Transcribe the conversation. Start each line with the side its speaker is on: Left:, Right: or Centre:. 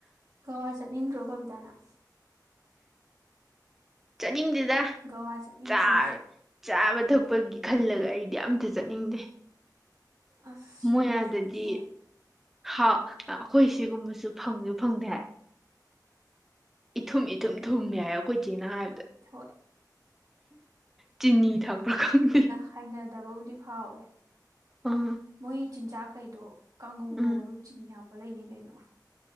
Right: ꯀꯛꯋꯥ ꯆꯠꯅꯤꯡꯟ꯭ꯔꯣ ꯀꯕꯤꯇꯥ ꯅꯪ
Centre: ꯆꯠꯅꯤꯡꯗꯨꯗ
Right: ꯒꯋꯥ ꯆꯠꯅꯤꯡꯗ꯭ꯔꯣ
Centre: ꯆꯥꯔ ꯆꯥꯕ ꯊꯛꯄꯒꯤ ꯈꯜꯂꯒ ꯑꯩꯗꯤ ꯑꯝꯇ ꯆꯠꯅꯤꯡꯗꯦ
Right: ꯑꯁ
Centre: ꯃꯣꯏ
Right: ꯅꯨꯡꯉꯥꯏꯕꯅꯦꯍꯦ
Centre: ꯑꯗꯗꯤ ꯑꯩꯈꯣꯏ ꯁꯤꯒꯨꯝꯕꯁꯨ ꯐꯪꯁꯨ ꯐꯪꯗꯦ ꯍꯥꯏ ꯏꯊꯨꯝ ꯏꯊꯨꯝ ꯊꯨꯝꯃꯦ ꯌꯥꯏ ꯑꯩꯈꯣꯏ ꯆꯦꯅ ꯍꯥꯏꯕꯗ
Right: ꯍꯣꯏ
Centre: ꯆꯤꯅꯤ ꯊꯥꯛꯄ꯭ꯔ ꯈꯪꯗꯤ
Right: ꯍꯅꯗꯕꯕꯨꯗꯤ ꯐꯥꯎꯋꯦ
Centre: ꯎꯝ
Right: ꯃꯣꯏ ꯆꯤꯟꯖꯥꯛ ꯀꯩꯗꯣ ꯀꯥꯡꯒꯧ ꯉꯧꯔꯁꯨ
Centre: ꯎꯝ
Right: ꯆꯤꯅꯤ ꯍꯥꯞꯄ ꯂꯩꯅꯤ ꯀꯩꯅꯣ